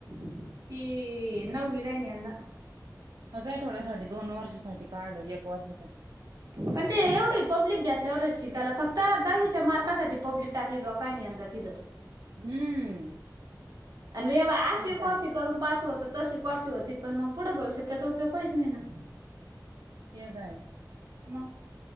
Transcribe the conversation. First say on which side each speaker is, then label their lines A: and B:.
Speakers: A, on the right; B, on the right.
A: <inaudible> ती नववीला यंदा
B: ह काय थोड्यासाठी दोन वर्षासाठी काढलं एक वर्षासाठी.
A: पण ते एवढी पब्लिक घेतातल्यावरच शिकायला फक्त दहावीच्या मार्कासाठी पब्लिक टाकली लोकांनी यंदा तिथं.
B: हम्म.
A: आणिव अशी
B: ते
A: कॉफी
B: तर आहे
A: करून पास होत तशी कॉफी होती पण मग पुढं भविष्यात त्याचा उपयोग काहीच नाही ना.
B: तेद आहे.
A: मग.